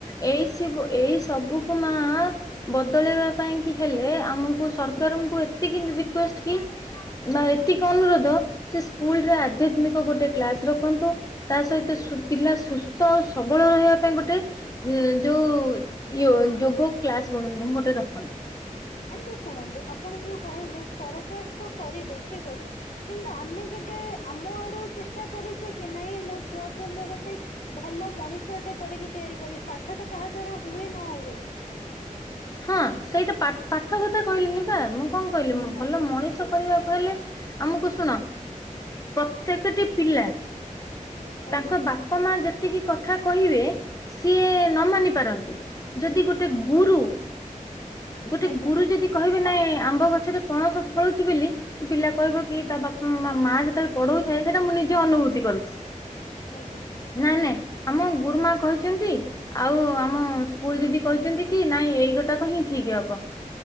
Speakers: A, on the left; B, on the left.
A: ଏଇ ସୁବୁ ଏଇ ସବୁକୁ ମା ବଦଳେଇବା ପାଇଁ କି ହେଲେ ଆମକୁ ସରକାରଙ୍କୁ ଏତିକି ରିକୁଏଷ୍ଟ କି ବା ଏତିକି ଅନୁରୋଧ ସେ ସ୍କୁଲରେ ଆଧ୍ୟାତ୍ମିକ ଗୋଟେ କ୍ଲାସ ରଖନ୍ତୁ ତା ସହିତ ପିଲା ସୁସ୍ଥ ଆଉ ସବଳ ରହିବା ପାଇଁ ଗୋଟେ ଯୋଉ ଇଏ ଯୋଗ କ୍ଲାସ କର ଗୋଟେ ରଖନ୍ତୁ।
B: ଆଣ୍ଟି ଶୁଣନ୍ତୁ ଆପଣ ଯୋଉ କହିଲେ ସରକାର ତ କରିବେ ଠିକ ଅଛି କିନ୍ତୁ ଆମେ କେବେ ଆମ ଆଡୁ ଚେଷ୍ଟା କରିଛେ କି ନାଇଁ ମୋ ଛୁଆକୁ ମୁଁ ଗୋଟେ ଭଲ ମଣିଷଟେ କରିକି ତିଆରି କରି ପାଠ ତ କାହା ଦ୍ଵାରା ହୁଏ ନ ହୁଏ।
A: ହଁ ସେଇଟା ପାଠ କଥା କହିଲିିନି ବା ମୁଁ କଣ କହିଲି ଭଲ
B: ଆଜ୍ଞା
A: ମଣିଷ କରିବାକୁ ହେଲେ ଆମକୁ ଶୁଣ ପ୍ରତ୍ୟେକଟି ପିଲା
B: ଆଜ୍ଞା
A: ତାଙ୍କ ବାପା ମା ଯେତେ ଏତିକି କଥା କହିବେ ସିଏ ନ ମାନି ପାରନ୍ତି ଯଦି ଗୋଟେ ଗୁରୁ ଗୋଟେ
B: ଆଜ୍ଞା
A: ଗୁରୁ ଯଦି କହିବେ ନାଇଁ ଆମ୍ବ ଗଛରେ ପଣସ ଫଳୁଛି ବୋଲି କି ପିଲା କହିବ କି ତା ବାପା ମା ଯେତେବେଳେ ପଢଉଥାଏ ସେଇଟା ମୁଁ ନିଜେ ଅନୁଭୂତି କରୁଛି।
B: ଆଜ୍ଞା।
A: ନାଇ ନାଇଁ ଆମ ଗୁରୁମା କହିଛନ୍ତି ଆଉ ଆମ ସ୍କୁଲ ଦିଦି କହିଛନ୍ତି କି ନାଇଁ ଏଇଗୋଟାକ ହିଁ ଠିକ ହବ